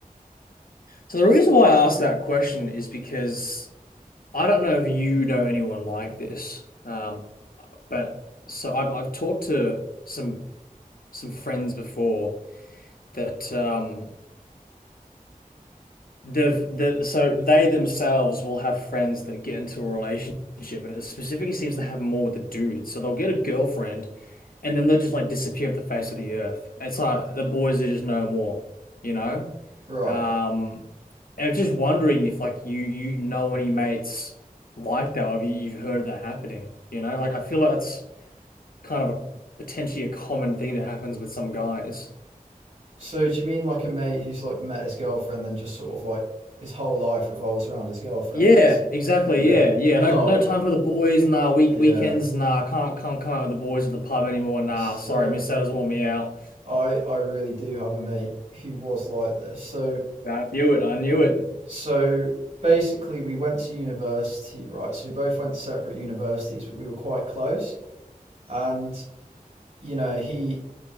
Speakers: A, on the left; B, on the right.
A: So the reason why I asked that question is because I don't know if you know anyone like this. Um, But so I've I've talked to some some friends before that um they've the so they themselves will have friends that get into a relationship and it specifically seems to happen more with the dudes. So they'll get a girlfriend and then they'll just like disappear off the face of the earth. It's like the boys are just no more, you know?
B: Right.
A: Um and I'm just wondering if like you you know any mates like that or if you, you've heard of that happening, you know? Like I feel like it's kind of a potentially a common thing that happens with some guys.
B: So do you mean like a mate who's like met his girlfriend, then just sort of like his whole life revolves around his girlfriend,
A: Yeah,
B: basically?
A: exactly.
B: Yeah.
A: Yeah,
B: <laughs>
A: yeah.
B: Oh,
A: No, no time for the boys. Nah, week
B: yeah.
A: weekends. Nah, can't can't come out with the boys at the pub anymore. Nah,
B: So
A: sorry, Miss Satters want me out.
B: I I really do have a mate who was like this. So
A: I knew it. I knew it.
B: so basically we went to university, right? So we both went to separate universities, but we were quite close. And you know, he